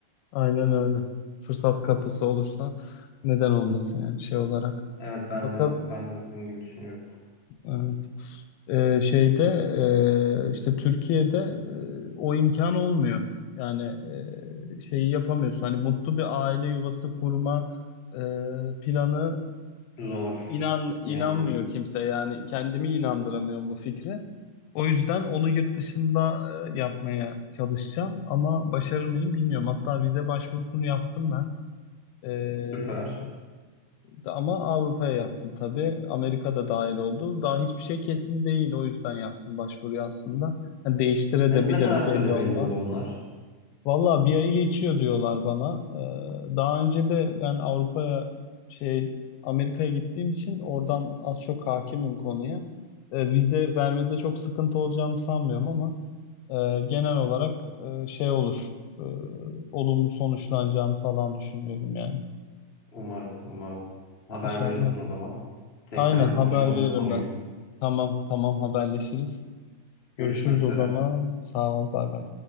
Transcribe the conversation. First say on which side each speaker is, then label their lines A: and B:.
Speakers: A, on the left (about 85°); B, on the left (about 25°).
A: Aynen öyle. Fırsat kapısı olursa neden olmasın yani şey olarak.
B: Evet ben
A: Fakat
B: de ben de sizin gibi düşünüyorum.
A: Evet. Ee, şeyde e, işte Türkiye'de e, o imkan olmuyor. Yani e, şeyi yapamıyorsun. Hani mutlu bir aile yuvası kurma e, planı
B: Zor.
A: inan inanmıyor
B: Yani
A: kimse. Yani kendimi inandıramıyorum bu fikre. O yüzden onu yurt dışında e, yapmaya çalışacağım ama başarır mıyım bilmiyorum. Hatta vize başvurusunu yaptım ben. Ee,
B: süper.
A: da- ama Avrupa'ya yaptım tabii. Amerika da dahil oldu. Daha hiçbir şey kesin değil. O yüzden yaptım başvuruyu aslında. Hani değiştirebilirim
B: Ne, ne kadar süre
A: belli olmaz.
B: belli oluyor onlar?
A: Valla bir ayı geçiyor diyorlar bana. Ee, daha önce de ben Avrupa'ya şey Amerika'ya gittiğim için oradan az çok hakimim konuya. Ee, vize vermede çok sıkıntı olacağını sanmıyorum ama e, genel olarak e, şey olur. e, olumlu sonuçlanacağını falan düşünüyorum yani.
B: Umarım, umarım. Haber
A: İnşallah.
B: verirsin o zaman. Tekrar
A: Aynen haber
B: konuşalım
A: veririm
B: bu konuyu.
A: ben. Tamam tamam haberleşiriz. Görüşürüz
B: Görüşmek üzere.
A: o zaman. Sağ ol bay bay.